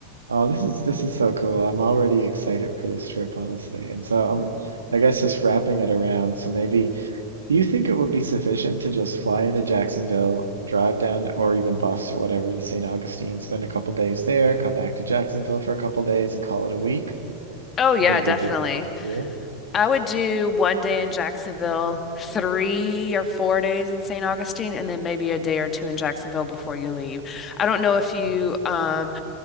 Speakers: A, on the right (about 70°); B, on the left (about 25°).
A: Oh, this is this is so cool. I'm already excited for this trip, honestly. And so I'm,
B: Mhm.
A: I guess just wrapping it around. So maybe do you think it would be sufficient to just fly into Jacksonville, drive down to, or even bus or whatever to St. Augustine, spend a couple days there, come back to Jacksonville for a couple days and call it a week?
B: Oh yeah,
A: You think
B: definitely.
A: there'd be plenty to do?
B: I would do one day in Jacksonville, three or four days in St. Augustine, and then maybe a day or two in Jacksonville before you leave. I don't know if you
A: Mm,
B: um,